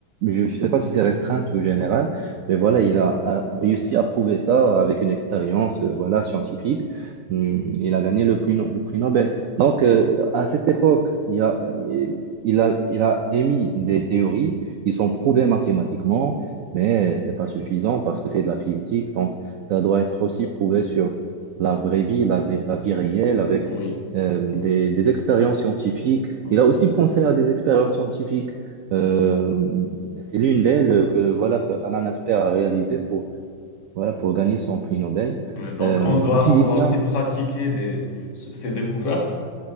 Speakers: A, on the right; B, on the left.
A: je ne sais pas si c'est restreinte ou générale. Mais voilà, il a, a réussi à prouver ça avec une expérience, euh, voilà, scientifique. Hmm, Il a gagné le prix, No- le prix Nobel. Donc, euh, à cette époque, il a, euh, il a, il a émis des théories qui sont prouvées mathématiquement, mais c'est pas suffisant parce que c'est de la physique. Donc, ça doit être aussi prouvé sur la vraie vie, la, vie la vie réelle, avec
B: Oui,
A: euh,
B: oui,
A: des, des expériences scientifiques.
B: ouais.
A: Il a aussi pensé à des expériences scientifiques. Euh, c'est l'une d'elles que, voilà, que Alan Asper a réalisée pour, voilà, pour gagner son prix Nobel.
B: Mais Donc,
A: Euh,
B: on doit,
A: c'est un physicien
B: on doit aussi pratiquer les, ces découvertes.